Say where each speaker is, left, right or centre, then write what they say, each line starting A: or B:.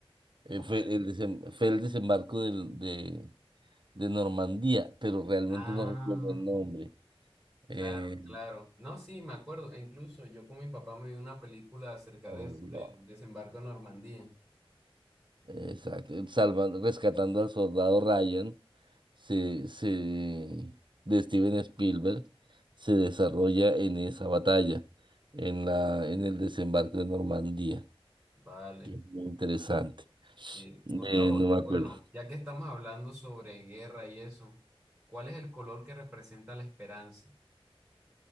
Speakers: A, on the right (about 55°); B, on the right (about 20°).
A: eh,
B: op-
A: fue el desem- fue el desembarco del- de, de Normandía, pero realmente
B: ah,
A: no recuerdo el nombre. Eh,
B: claro, claro. No, sí, me acuerdo. E incluso yo con mi papá me vi una película acerca
A: a
B: de
A: verlo.
B: eso, del desembarco en Normandía.
A: Exacto, salvan- rescatando al soldado Ryan se, se- de Steven Spielberg se desarrolla en esa batalla, en la, en el desembarco de Normandía.
B: Vale,
A: que es muy interesante.
B: sí. Gustavo,
A: Eh, no me acuerdo.
B: bueno, ya que estamos hablando sobre guerra y eso, ¿cuál es el color que representa la esperanza?